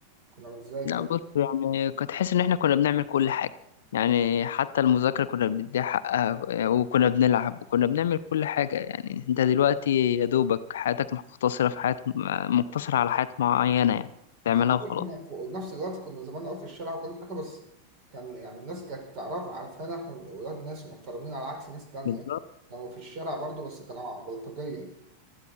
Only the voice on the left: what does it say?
لا بص يعني كنت حاسس ان احنا كنا بنعمل كل حاجه يعني حتى المذاكره كنا بنديها حقها وكنا بنلعب وكنا بنعمل كل حاجه يعني انت دلوقتي يا دوبك حياتك مقتصره في حياه مقتصره على حياه معينه يعني تعملها
وخلاص
بالظبط